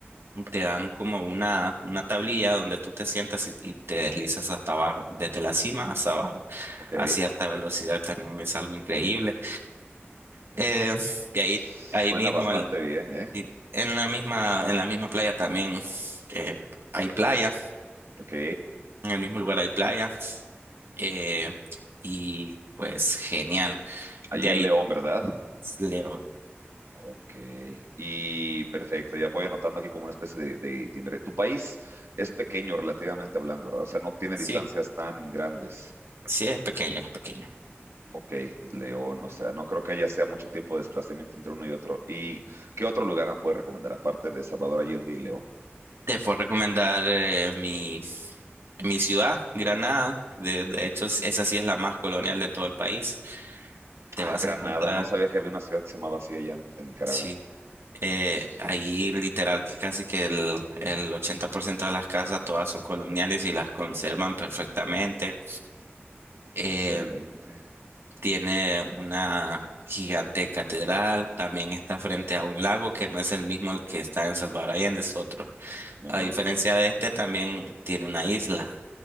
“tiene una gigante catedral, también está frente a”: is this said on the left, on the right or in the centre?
Right